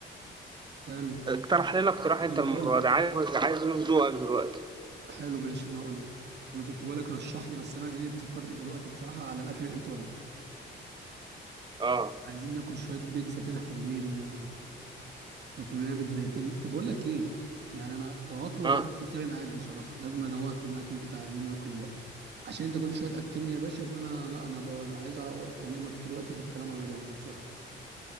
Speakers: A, on the right; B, on the right.
A: حلو
B: اقترح لنا اقتراح أنت
A: انا بقول
B: المرّة دي، عايز عايز نشوف ذوقك دلوقتي،
A: حلو ماشي انا اقول لك انا كنت بقول لك رشح لي بس انا ايه بتتفتح دلوقتي بصراحه على الاكل الايطالي
B: آه،
A: عايزين ناكل شويه بيتزا كده حلوين آه، نطلب لنا بيت زيتين طب بقول لك ايه يعني انا لو هطلب هعمل
B: آه،
A: حسابي معاك بصراحه لازم ادوقك من الاكل بتاع اللي انا هاكله دلوقتي عشان انت كل شويه تاكلني يا باشا فانا لا انا بقى أنا عايز اكلمك في الوقت في الكلام على جد بصراحه